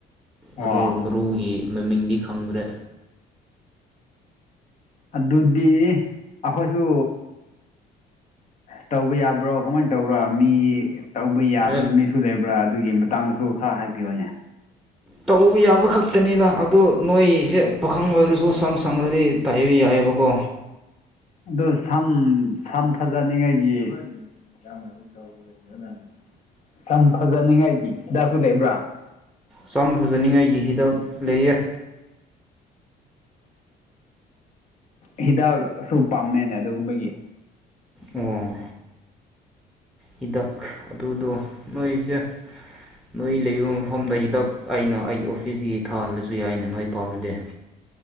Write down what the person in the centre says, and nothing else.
ꯑꯗꯨ ꯃꯔꯨꯒꯤ ꯃꯃꯤꯡꯗꯤ ꯈꯪꯗ꯭ꯔꯦ
ꯑꯦ
ꯇꯧꯕ ꯌꯥꯕ ꯈꯛꯇꯅꯤꯅ ꯑꯗꯨ ꯅꯣꯏꯁꯦ ꯄꯥꯈꯪ ꯑꯣꯏꯔꯁꯨ ꯁꯝ ꯁꯪꯉ꯭ꯔꯗꯤ ꯇꯥꯏꯕ ꯌꯥꯏ ꯂꯩꯕ ꯀꯣ
ꯁꯝ ꯐꯖꯅꯤꯡꯉꯥꯏꯒꯤꯍꯤꯤꯗ ꯂꯩꯌꯦ
ꯎꯝ ꯍꯤꯗꯥꯛ ꯑꯗꯨꯗꯣ ꯅꯣꯏꯁꯦ ꯅꯣꯏ ꯂꯩꯕ ꯃꯐꯝꯗ ꯍꯤꯗꯥꯛ ꯑꯩꯅ ꯑꯩꯒꯤ ꯑꯣꯐꯤꯁꯒꯤ ꯊꯥꯍꯜꯂꯁꯨ ꯌꯥꯏꯅ ꯅꯣꯏ ꯄꯥꯝꯃꯗꯤ